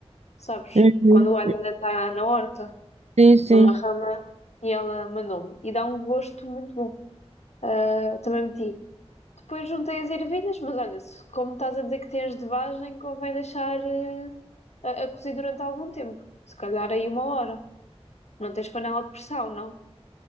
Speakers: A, on the left; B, on the right.
A: sabes?
B: Uhum.
A: Quando o alho ainda está na horta,
B: Sim, sim.
A: é uma rama e ela mandou-me. E dá um gosto muito bom. Ah, também meti. Depois juntei as ervilhas, mas olha, se, como estás a dizer que tens de vagem, convém deixar eh, a, a cozer durante algum tempo. Se calhar aí uma hora. Não tens panela de pressão, não?